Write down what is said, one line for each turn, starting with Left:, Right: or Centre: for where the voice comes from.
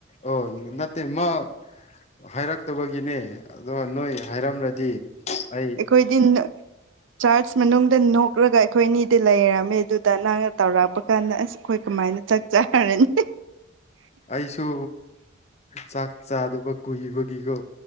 Left: ꯑꯣ ꯅꯠꯇꯦ ꯃꯥ ꯍꯥꯏꯔꯛꯇꯕꯒꯤꯅꯦ ꯑꯗꯨꯒ ꯅꯣꯏ ꯍꯥꯏꯔꯝꯂꯗꯤ ꯑꯩ
Right: ꯀꯈꯣꯏꯗꯤꯟ ꯆꯥꯔꯖ ꯃꯅꯨꯡꯗ ꯅꯣꯛꯂꯒ ꯑꯩꯈꯣꯏ ꯑꯅꯤꯗꯤ ꯂꯩꯔꯝꯃꯦ ꯑꯗꯨꯗ ꯅꯪꯅ ꯇꯧꯔꯛꯄ ꯀꯥꯟꯗ ꯑꯁ ꯑꯩꯈꯣꯏ ꯀꯃꯥꯏꯅ ꯆꯥꯛ ꯆꯔꯔꯅꯤ
Left: ꯑꯩꯁꯨ ꯆꯥꯛ ꯆꯥꯗꯕ ꯀꯨꯏꯕꯒꯤꯀꯣ